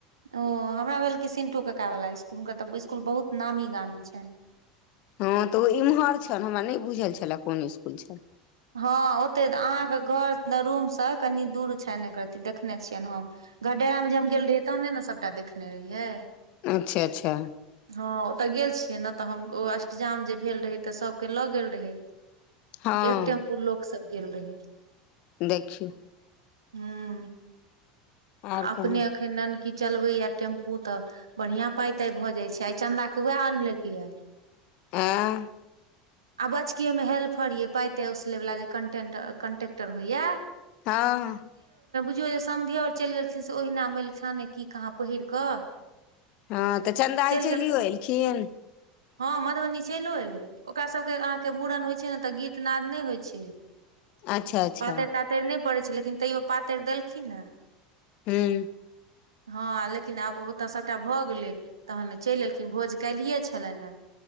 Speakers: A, on the right; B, on the left.
A: ओ हमरा भेल क सिन्टू कका बला स्कुल उनका त इसकुल बहुत नामी गामी छै
B: हँ तऽ ओ इम्हर छल हमरा नहि बुझल छलए कोन इसकुल छै
A: हँ ओतहि अहाँके घर रूमसँ कनि दूर छनि एक रति देखने छियनि हम घरडेरामेजे हम गेल रहियै तहने ने सभटा देखने रहियै
B: अच्छा अच्छा
A: हँ ओतऽ गेल छियै ने तऽ हम ओ अष्टजाम जे भेल रहै तऽ सभके लऽ गेल रहै
B: हँ
A: एक टेम्पू लोक सब गेल रहे
B: देखियौ
A: हूं
B: आर
A: अपने
B: कहू
A: अखन ननकी चलबैए टेम्पू तऽ बढ़िआँ पाइ ताइ भऽ जाइत छै आइ चंदा के उएह आनलकै यए
B: एं
A: आ बचकी ओहिमे हेल्फहरियै पाइ ताइ ओसलैवला जे कन्टे कन्टेक्टर होइए
B: हँ
A: ओ जे समधियौर चलि गेलखिन से ओहिना मैलछाने की कहाँ पहिर कऽ
B: हँ तऽ चन्दा
A: चलि
B: आइ चलियो
A: गेलखिन
B: एलखिन
A: हँ मधुबनी चलिओ एलै ओकरा सभके अहाँके मूड़न होइ छै ने तऽ गीतनाद नहि होइ छै
B: अच्छा अच्छा
A: पातैर तातैरि नहि पड़ै छै लेकिन तैयो पातरि देलखिन ने
B: हूं
A: हँ लेकिन आब ओतय सभटा भऽ गेलै तखन चलि एयलखिन भोज काल्हिए छलनि हेँ